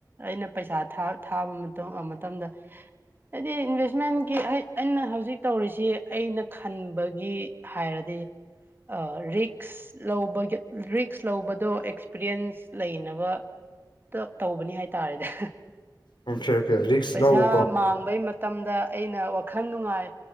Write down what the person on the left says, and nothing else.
ꯑꯣꯀꯦ ꯑꯣꯀꯦ ꯔꯤꯛꯁ
ꯂꯧꯕꯀꯣ